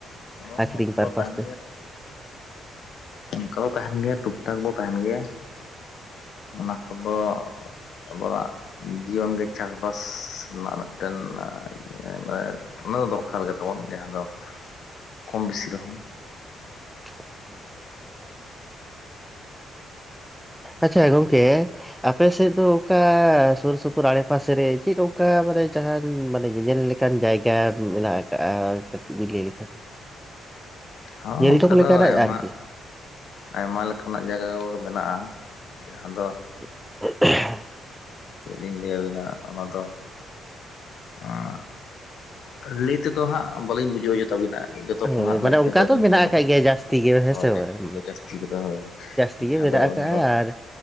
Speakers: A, on the left; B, in the centre.
A: ᱦᱳᱭ
B: ᱟᱹᱠᱷᱨᱤᱧ
A: ᱚᱱᱠᱟ
B: ᱯᱟᱨ
A: ᱫᱚ
B: ᱯᱟᱥᱛᱮ
A: ᱛᱟᱦᱮᱱ ᱤᱱᱠᱟ ᱫᱚ ᱛᱟᱦᱮᱱ ᱜᱮᱭᱟ ᱴᱩᱠ ᱴᱟᱠ ᱫᱚ ᱛᱟᱦᱮᱱ ᱜᱮᱭᱟ ᱚᱱᱟ ᱠᱚᱫᱚ᱾ ᱟᱵᱚᱣᱟᱜ ᱡᱤᱭᱚᱱ ᱜᱮ ᱪᱟᱥᱵᱟᱥ ᱨᱮᱱᱟᱜ ᱢᱮᱫᱴᱮᱱ ᱤᱭᱟᱹ ᱢᱟᱱᱮ ᱚᱱᱟ ᱫᱚ ᱫᱚᱨᱠᱟᱨ ᱜᱮᱛᱟᱵᱚᱱ ᱡᱟᱦᱟᱸ ᱫᱚ ᱠᱚᱢ ᱵᱤᱥᱤ ᱨᱮᱦᱚᱸ
B: <unintelligible> ᱟᱪᱪᱷᱟ ᱜᱚᱝᱠᱮ ᱟᱯᱮ ᱥᱮᱫ ᱫᱚ ᱚᱝᱠᱟ ᱥᱩᱨ ᱥᱩᱯᱩᱨ ᱟᱲᱮᱯᱟᱥᱮ ᱨᱮ ᱪᱮᱫ ᱚᱝᱠᱟ ᱢᱟᱱᱮ ᱡᱟᱦᱟᱱ ᱢᱟᱱᱮ ᱧᱮᱧᱮᱞ ᱞᱮ ᱚᱱᱠᱟᱱ ᱠᱟᱱ ᱡᱟᱭᱜᱟ ᱢᱮᱱᱟᱜ ᱠᱟᱜᱼᱟ ᱠᱟᱹᱴᱤᱡ <inaudible>
A: ᱦᱚᱸ
B: ᱧᱮᱞ
A: ᱚᱝᱠᱟ
B: ᱡᱚᱝ
A: ᱫᱚ
B: ᱞᱮᱠᱟᱱᱟᱜ
A: ᱟᱭᱢᱟ
B: ᱟᱨᱠᱤ
A: ᱟᱭᱢᱟ ᱞᱮᱠᱟᱱᱟᱜ ᱡᱟᱭᱜᱟ ᱠᱚ ᱜᱮ ᱢᱮᱱᱟᱜᱼᱟ ᱡᱟᱦᱟᱸ ᱫᱚ
B: <unintelligible>
A: ᱪᱮᱜ ᱞᱤᱧ ᱞᱮᱭᱟᱵᱤᱱᱟ ᱚᱱᱟ ᱫᱚ᱾ ᱟᱸᱜ ᱞᱟᱹᱭ ᱛᱮᱫᱚ ᱦᱟᱸᱜ ᱵᱟᱹᱞᱤᱧ ᱵᱩᱡᱷᱟᱹᱣ ᱦᱚᱪᱚᱛᱟᱵᱤᱱᱟ ᱡᱚᱛᱚ
B: ᱦᱳᱭ
A: ᱠᱷᱚᱱᱟᱜ
B: ᱢᱟᱱᱮ
A: ᱢᱮᱜᱛᱮ
B: ᱚᱱᱠᱟ
A: ᱵᱟᱹᱵᱤᱱ
B: ᱫᱚ ᱢᱮᱱᱟᱜ
A: ᱧᱮᱞᱟ
B: ᱟᱠᱟᱫ
A: ᱦᱟᱸᱜ
B: ᱜᱮᱭᱟ ᱡᱟᱹᱥᱛᱤ ᱜᱮ ᱦᱮᱸ
A: ᱦᱳᱭ
B: ᱥᱮ ᱵᱟᱝ
A: ᱡᱟᱹᱥᱛᱤ ᱠᱚᱫᱚ ᱦᱳᱭ
B: ᱡᱟᱹᱥᱛᱤ
A: ᱡᱟᱦᱟᱸ
B: ᱜᱮ ᱢᱮᱱᱟᱜ
A: ᱫᱚ ᱚᱱᱟ
B: ᱠᱟᱜᱼᱟ
A: ᱫᱚ
B: ᱟᱨ᱾